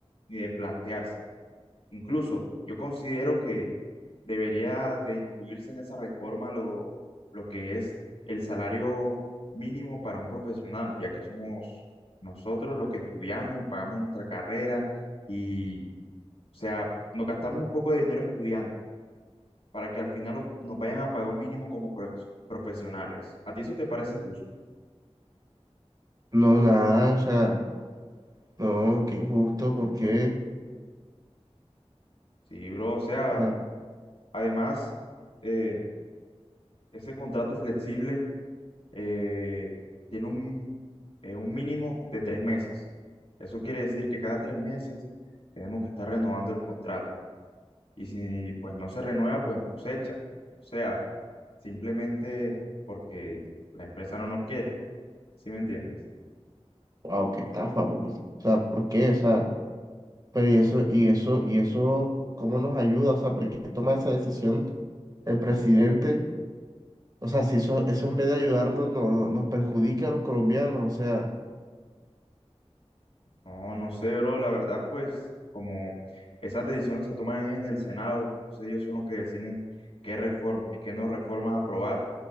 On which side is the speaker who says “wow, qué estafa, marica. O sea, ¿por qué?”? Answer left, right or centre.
Right